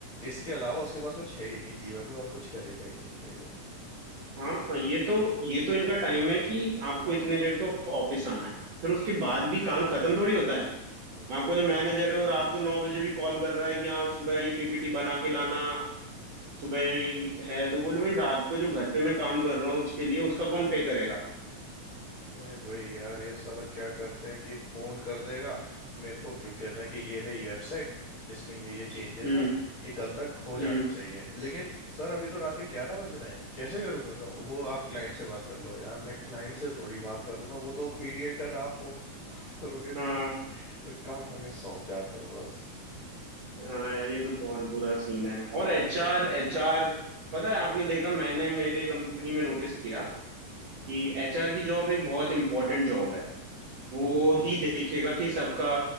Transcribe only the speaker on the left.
इसके अलावा उसके पास कुछ है ही नहीं जीवन में और कुछ करेगा ही नहीं भाई वो
हम्म
अरे वही यार ये साला क्या करते हैं कि फोन कर देगा मेरे को क्यों कहते हैं कि ये रही वेबसाइट इसमें ये ये चेंजेस
हैं ये कल तक हो जाना
चाहिए लेकिन सर अभी तो रात के ग्यारह बज रहे हैं कैसे करूं मैं कहा, वो आप क्लाइंट से बात कर लो यार मैं क्लाइंट से थोड़ी बात करूंगा वो तो मीडिएटर आप हो करोगे क्ला-
काम आगे सौंप जाते हैं बस
हाँ बिल्कुल
है